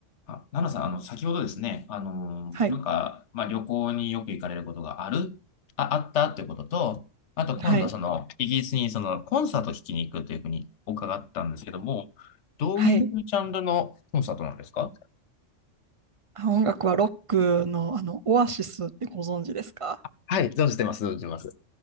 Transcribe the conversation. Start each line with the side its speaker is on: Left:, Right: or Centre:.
Left: あ、ナナさん、あの、先ほどですね、あのなんか、
Right: はい、
Left: まあ、旅行によく行かれることがある、あ、あったってことと、あと今度、
Right: はい、
Left: その、イギリスにその、コンサート聞きに行くというふうに伺ったんですけども、どういうジャンルのコンサートなんですか
Right: はい。あ音楽はロックの、あの、オアシスってご存知ですか
Left: はい、存じてます、存じてます。